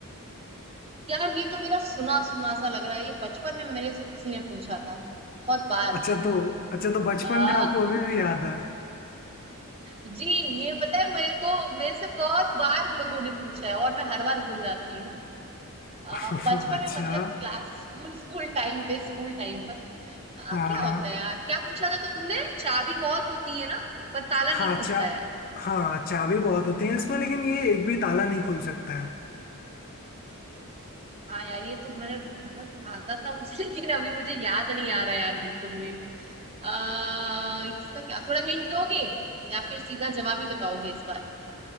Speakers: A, on the right; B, on the left.
A: यार ये तो मेरा सुना सुना सा लग रहा है ये बचपन में मेरे से किसी ने पूछा था बहुत बार
B: अच्छा तो अच्छा तो बचपन
A: आ,
B: का आपको अभी भी याद है
A: जी ये पता है मेरे को मेरे से बहुत बार लोगों ने पूछा है और मैं हर बार भूल जाती हूँ आ,
B: <laughs>
A: बचपन
B: अच्छा
A: में मतलब क्लास स्कूल स्कूल टाइम पे स्कूल टाइम पर आ,
B: हाँ
A: क्या
B: हाँ
A: होता है यार क्या पूछा था तुमने चाबी बहुत होती है ना पर ताला
B: हाँ
A: नहीं खुलता
B: चा
A: है
B: हाँ चाबी बहुत होती है इसमें लेकिन ये एक भी ताला नहीं खोल सकता है
A: हाँ यार ये तो मैंने बहुत आता था मुझे लेकिन अभी मुझे याद नहीं आ रहा यार बिल्कुल भी आ, इसका क्या थोड़ा हिंट दोगे या फिर सीधा जवाब ही बताओगे इस बार